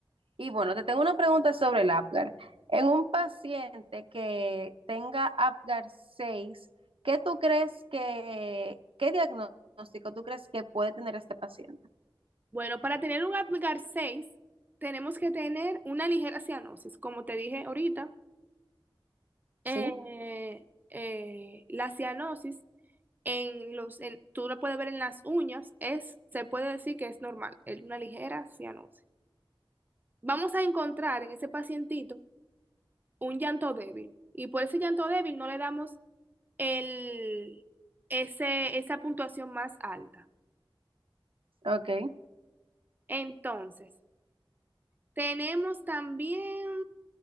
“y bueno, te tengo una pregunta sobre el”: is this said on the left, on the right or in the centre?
Right